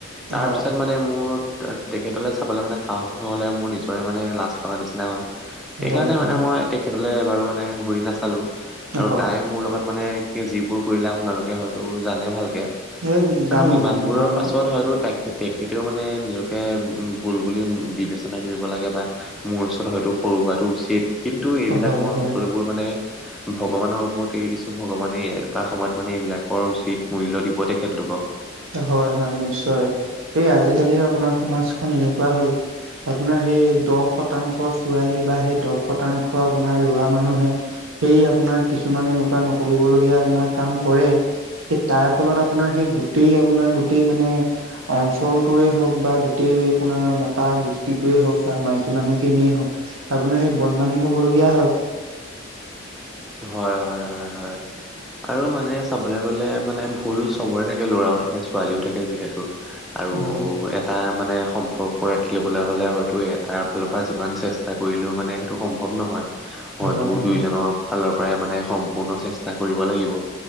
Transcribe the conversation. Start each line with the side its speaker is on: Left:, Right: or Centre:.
Centre: তাৰ
Right: হয়
Centre: পিছত মানে মোৰ তেখেতলে চাবলৈ মানে সাহস নহলে মোৰ নিজৰ কৰে মানে লাজ লগাৰ নিচিনা হ'ল এইকাৰণে এইকাৰণে
Right: হয় হয়
Centre: মানে মই তেখেতলে এবাৰো ঘূৰি ঘূৰি নাচালোঁ। আৰু
Right: হয়
Centre: তাই মোৰ লগত মানে কি যিবোৰ কৰিলে আপোনালোকে হয়তো জানে ভালকে? আৰু
Right: এই জানো
Centre: ইমানবোৰৰ
Right: জানো জানো
Centre: পাছত হয়তো তাইক হে লেলে খেতেও মানে নিজকে ভুল বুলি বিবেচনা কৰিব লাগে বা মোৰ ওচৰত হয়তো সৰু হোৱাটো উচিত কিন্তু এইবিলাক
Right: হয়
Centre: মই
Right: হয়
Centre: সকলোবোৰ মানে ভগৱানৰ ওপৰত এৰি দিছো ভগৱানে এটা সময়ত মানে এইবিলাকৰ উচিত মূল্য দিব তেখেতলোকক।
Right: হয়-হয় নিশ্চয় এই আজিকালি আপোনাৰ সমাজখন এনেকুৱা হ'ল। আপোনাৰ সেই দহ শতাংশ ছোৱালী বা সেই দহ শতাংশ আপোনাৰ ল'ৰা মানুহে সেই আপোনাৰ কিছুমান এনেকুৱা নকৰিবলগীয়া আপোনাৰ কাম কৰে। পি বেতাৰ ফলত আপোনাৰ সেই গোতেই আপোনাৰ গোটেই মানে অঞ্চল, টোৰে হওক বা গোটেই আপোনাৰ মতা গোষ্ঠীটোৱেই হওক বা মাইকী মানুহখিনিয়ে হওক আপোনাৰ সেই বদনামী হ'বলগীয়া হয়।
Centre: হয়- হয়- হয়- হয় আৰু আৰু মানে চাবলৈ গলে মানে ভুল চবৰে থাকে ল'ৰাও থাকে ছোৱালীও থাকে যিহেতু। আৰু
Right: হয়
Centre: এ এটা মানে সম্পৰ্ক ৰাখি ল'বলৈ হ'লে হয়তো এটাৰ ফালৰ পৰা যিমান চেষ্টা কৰিলেও মানে সেইটো সম্ভৱ নহয়। ময়তো
Right: হয়
Centre: দুয়োজনৰ
Right: হয়
Centre: ফালৰ পৰাই মানে সম্পূৰ্ণ চেষ তা কৰিব লাগিব